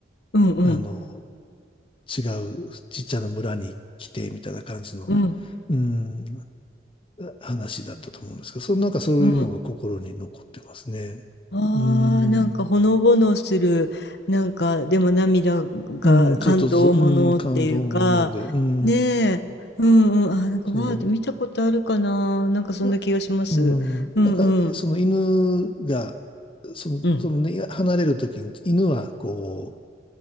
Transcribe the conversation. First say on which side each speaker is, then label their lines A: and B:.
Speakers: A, on the left; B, on the left.
A: うんうん、
B: あの、違うちっちゃな村に来て、みたいな感じの、
A: うん
B: うん、話だったと思うんですけど、そのなんかそういうのが心に残ってますね。
A: うん。ああ、
B: うん、
A: なんかほのぼのする、なんかでも涙が感動ものっていうか、
B: うん、ちょっとそ、うん、感動もので、うん、
A: ねえ、うんうん、あ、なんかわーって見たことあるかな、
B: そ
A: なんかそんな気がします。
B: う。うん、
A: うんうん
B: なんか、その犬が、その、
A: うん
B: そのね、離れるときに、犬はこ